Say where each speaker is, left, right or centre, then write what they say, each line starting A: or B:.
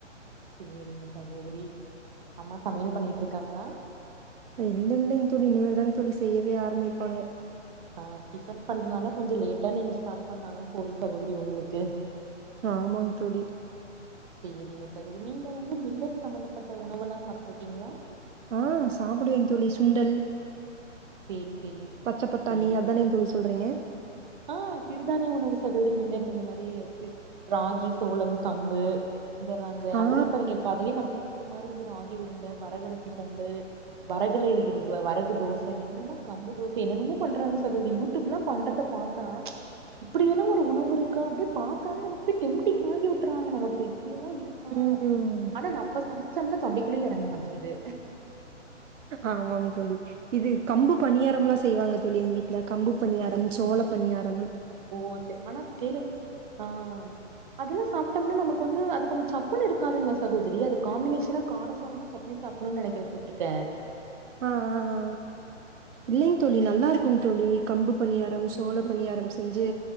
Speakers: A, on the right; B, on the right.
A: சேரிங்க சகோதரி அம்மா சமையல் பண்ணிட்டு இர்க்காங்ளா
B: இல்ல இல்லிங் தோழி இனிமல் தாங் தோழி செய்யவே ஆரம்மிப்பாங்க
A: ஆ டிஃபன் பண்றதுனால கொஞ்சொ லேட்டா நீங்க ஸ்டார்ட் பண்ணாலு போது சகோதரி ஒங்ளுக்கு
B: ஆமாங் தோழி
A: சேரிங்க சகோதிரி நீங்க வந்து மில்லட் சம்மந்தப்பட்ட உணவெலா சாப்ட்ருக்கீங்ளா
B: ஆ சாப்டுவேங் தோழி சுண்டல்
A: சேரி சேரிங்க
B: பச்ச பட்டாணி
A: சேரிங்க
B: அதானேங்க தோழி சொல்றீங்க
A: ஆ சிறுதானிய உணவு சகோதிரி மில்லட்டு இந்த மாரி அது ராகி சோளம் கம்பு இதர அந்த
B: ஆ
A: அதுலே பாருங்க இப்ப அதிலே நம் புடிச்ச மாரி வந்து ராகி உருண்ட வரகரிசி பொங்கல் வரகுல வைக்கிறது வரகு தோச ச என்னென்னமோ கம்பு தோச என்னென்னமோ பண்றாங்க சகோதரி யூடியூப்ல்லா பண்றத பாத்தா இப்படியெல்லா ஒரு உணவு இருக்கா அப்டியே பாத்தாலே நமக் போய் டெம்டிங் வாங்கி விட்டுறாங்க நமக்கு இப்ப இப்படியெல்லா இருக்கா
B: ம்
A: ஆனா நம்ம சமைச்சோம்னா தொண்டைக்குள்ளேயே இறங்க மாட்டிக்குது
B: ஆமாங் தோழி இது கம்பு பனியாரோல்லா செய்வாங்க தோழி எங் வீட்டுல கம்பு பணியாரம் சோள பனியாரம்
A: ஓ சரி ஆனா டெய்லர் ஆ அதெல்லா சாப்ட்டோம்னா நமக்கு வந்து அது கொஞ்சோ சப்புன்னு இருக்காதுங்களா சகோதரி அது காம்பினேஷனா காரசாரமா ச சாப்பிடணுனு நினைக்குரே தொட்டுக்க
B: ஆ ஆ ஆ இல்லைங்க தோழி நல்லா இருக்குங்க தோழி கம்பு பணியாரம், சோள பணியாரம் செஞ்சு